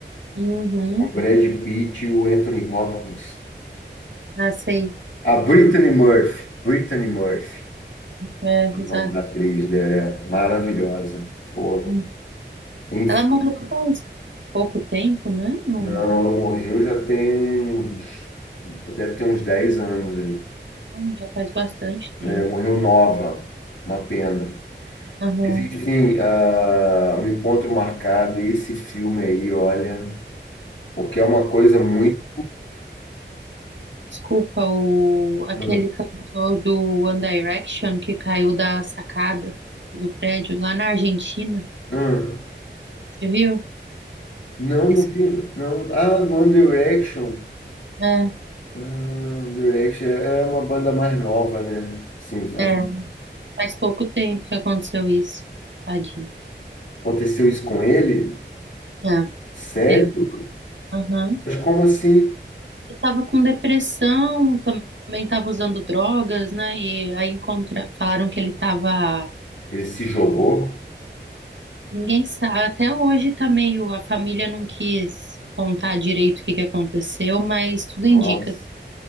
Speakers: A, on the right; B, on the left.
A: Uhum.
B: com Brad Pitt e o Anthony Hopkins.
A: Ah, sei.
B: A Brittany Murphy. Brittany Murphy,
A: É,
B: o nome
A: exato.
B: da atriz dela é maravilhosa. Pô,
A: Hum.
B: enfim,
A: Ela morreu faz pouco tempo, né? Não,
B: não,
A: não.
B: ela morreu já tem uns. Deve ter uns 10 anos aí.
A: Hum, Já faz bastante tempo.
B: né? morreu nova, uma pena.
A: Aham.
B: Existe ah, um encontro marcado, e esse filme aí, olha, porque é uma coisa muito.
A: Desculpa, o, aquele
B: Não,
A: cantor do One Direction que caiu da sacada do prédio lá na Argentina.
B: Hum.
A: Você viu?
B: não,
A: Esse-
B: não vi, não. Ah, do One Direction.
A: é,
B: Ah, One Direction é é uma banda mais nova, né? Sim, mas
A: é, faz pouco tempo que aconteceu isso. Tadinho.
B: aconteceu isso com ele?
A: É,
B: Sério?
A: ele, aham.
B: Mas como assim?
A: Ele tava com depressão, também tava usando drogas, né? E aí encontra, falaram que ele tava.
B: Ele se jogou?
A: Ninguém sabe. Até hoje tá meio. A família não quis contar direito o que que aconteceu, mas tudo
B: Nossa.
A: indica